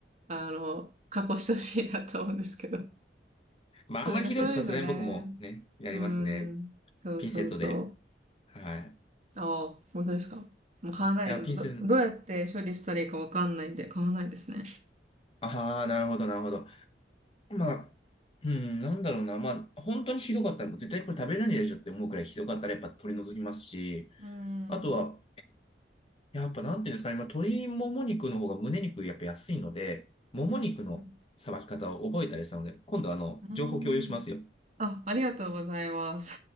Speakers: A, on the right; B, on the left.
A: あの、加工してほしいなと思うんですけど。
B: まあ、
A: そう、
B: あんまりひどいとさすがに僕もね、
A: なんかそういうのね。
B: やりますね。
A: うん。そうそうそ
B: ピンセットで。はい。
A: う。ああ、本当ですか。もう買わない。
B: いや、ピースン、
A: ど、どうやって処理したらいいかわかんないんで、買わないですね。
B: ああ、なるほど、なるほど。まあ、うん、なんだろうな。まあ、本当にひどかったら、もう絶対これ食べれないでしょって思うくらいひどかったら、やっぱ取り除きますし、
A: うん。
B: あとは、やっぱなんていうんですかね、まあ、鶏もも肉の方が胸肉やっぱ安いので、もも肉のさばき方を覚えたりしたので、
A: うん。うん。
B: 今度あの、
A: うん
B: 情報共有しますよ。
A: あ、ありがとうございます。